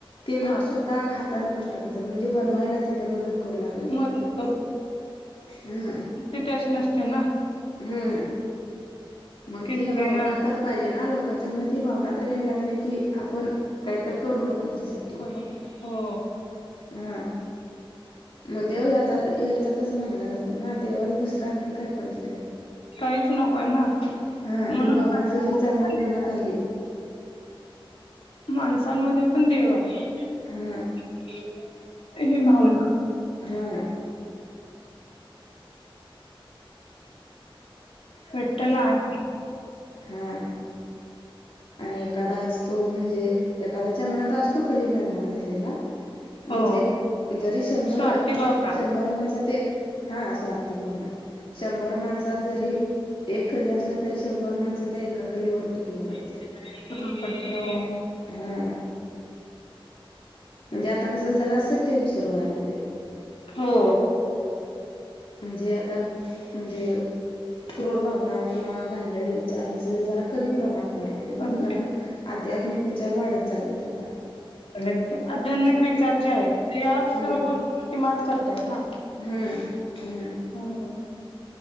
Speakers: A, on the left (about 70°); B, on the left (about 85°).
A: ते लोक
B: हा
A: स्वतः हातने कात ते करतात म्हणजे बनवायला तिथं, मदत करू लागायला
B: मदत
A: जातात हम्म.
B: तिथ अशी नसते ना,
A: हम्म मग
B: कि
A: ती
B: सगळे
A: भावना तर पाहि हे ना लोकांच्या मनात ही भावनात यायला लागले. की आपण काहीत करू लोकांच्यासाठी.
B: करू हो.
A: हा मग देव यातात याचातच म्हनला जातो ना, देवाला दुसरा आणखी काय पाहिजेलं हे?
B: काहीच नको आहे ना,
A: हा
B: म्हणून
A: ही भावना
B: माणसाला
A: जरी चांगली
B: <unintelligible> पण
A: मनात
B: देणार.
A: आली
B: माणसांमध्ये पण देव आहे.
A: हा
B: <unintelligible> <unintelligible> ही भावना
A: हा.
B: विठ्ठल आहे.
A: हा. आणि एखादा असतो म्हणजे एखाद्याच्या, मनात असतो कली निर्माण झालेला. म्हणजे
B: हो
A: जरी शंभर,
B: स्वार्थी भावना
A: शंभर माणसात एक हा स्वार्थी भावना. शंभर माणसात जरी एक कली असला. तरी शंभर माणस त्या एका कलीवर तुटून
B: <unintelligible>
A: पडतील
B: तुटून पडत नव.
A: हा. म्हणजे आता कसं जरा तिवसुरू व्हायला लागले.
B: हो.
A: म्हणजे आता म्हणजे क्रूर भावना किंवा घानेरडे विचार हे सगळे जरा कमी प्रमाणात. लाग
B: कमी
A: आता कारण आध्यात्मिक विचार वाढत चाललेत आता
B: ले आध्यात्मिक विचार जे आहे ते या
A: हम्म
B: सर्व गोष्टींवरती मात करतायत ना.
A: हम्म हम्
B: त्यामुळे